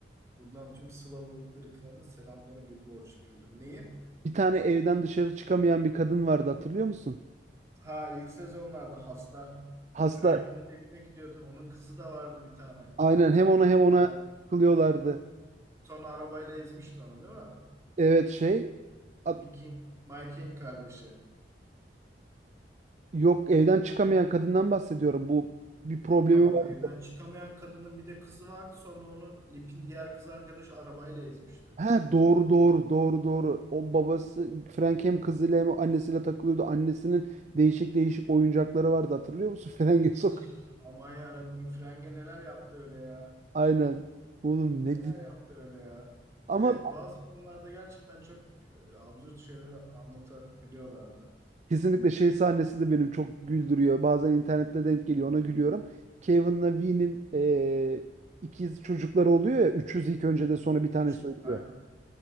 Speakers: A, on the right; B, on the right.
A: Buradan tüm Slav ırkına da selamları bir borç bilirim. Neyi?
B: bir tane evden dışarı çıkamayan bir kadın vardı hatırlıyor musun?
A: Ha ilk sezonlarda hasta.
B: Hasta
A: Frank onun evine gidiyordu. Onun kızı da vardı bir tane.
B: aynen hem ona hem ona
A: Ee,
B: kılıyorlardı.
A: sonra arabayla ezmişti onu değil mi?
B: Evet şey at-
A: Mickey'in, Mike'in kardeşi.
B: yok evden çıkamayan kadından bahsediyorum. Bu bir problemi
A: Tamam
B: var.
A: evden çıkamayan kadının bir de kızı vardı. Sonra onu Lip'in diğer kız arkadaşı arabayla ezmişti.
B: Ha doğru doğru doğru doğru. O babası Frank hem kızıyla hem annesiyle takılıyordu. Annesinin değişik değişik oyuncakları vardı hatırlıyor musun? <laughs> Frenge sokuyor.
A: Uf aman yarabbim Frenge neler yaptı öyle ya.
B: Aynen. Oğlum ne
A: Neler
B: dizi.
A: yaptı öyle ya.
B: Ama
A: Evet bazı konularda gerçekten çok e, absürt şeyler anlatabiliyorlardı.
B: Kesinlikle şey sahnesi de benim çok güldürüyor. Bazen internette denk geliyor ona gülüyorum. Kevin'la Vee'nin e, ikiz çocukları oluyor ya. Üçüz ilk önce de sonra bir tane
A: 300
B: söylüyor.
A: aynen.